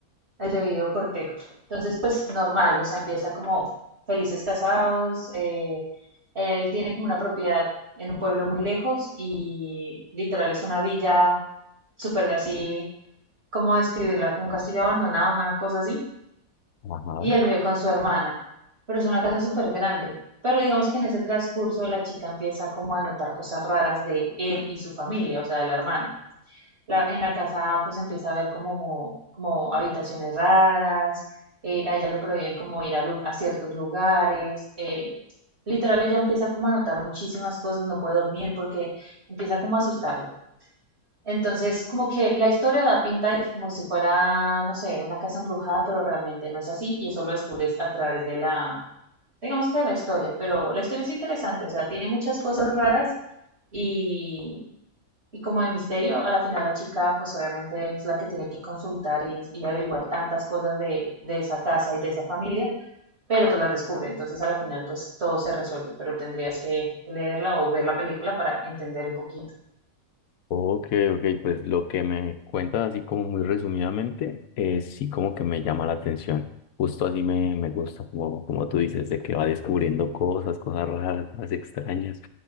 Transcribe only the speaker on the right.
el debido cortejo. Entonces, pues, normal, o sea, empieza como felices casados. eh, él tiene como una propiedad en un pueblo muy lejos y literal es una villa súper así, ¿cómo describirla? Como un castillo abandonado, una cosa así
y él vive con su hermana, pero es una casa súper grande. Pero digamos que en ese transcurso la chica empieza como a notar cosas raras de él y su familia, o sea, de la hermana. La- en la casa pues empieza a ver como, como habitaciones raras, eh, a ella le prohíben como ir a, lu- a ciertos lugares, eh, literal ella empieza como a notar muchísimas cosas, no puede dormir porque empieza como a asustarla. Entonces, como que la historia da pinta de que como si fuera, no sé, una casa embrujada, pero realmente no es así y eso lo descubres a través de la, digamos que de la historia, pero la historia es interesante, o sea, tiene muchas cosas raras y, y como de misterio, a la final la chica pues obviamente es la que tiene que consultar y, y averiguar tantas cosas de, de esa casa y de esa familia, pero pues las descubre, entonces a la final pues todo se resuelve, pero tendrías que leerla o ver la película para entender un poquito.